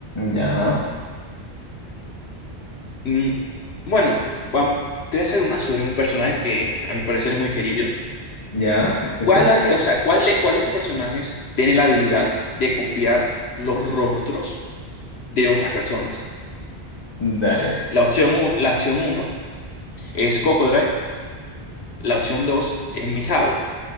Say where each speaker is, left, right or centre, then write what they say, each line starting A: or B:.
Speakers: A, on the left; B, on the left.
A: Ya,
B: Mm, Bueno, va- te voy a hacer una sobre un personaje que a mi parecer es muy querido.
A: ya, te escucho.
B: ¿Cuál, ha- o sea, cuál, de- cuál de estos personajes tiene la habilidad de copiar los rostros de otras personas?
A: Dale.
B: La opción, un- la opción uno es Cocodrile, la opción 2 es Mihawk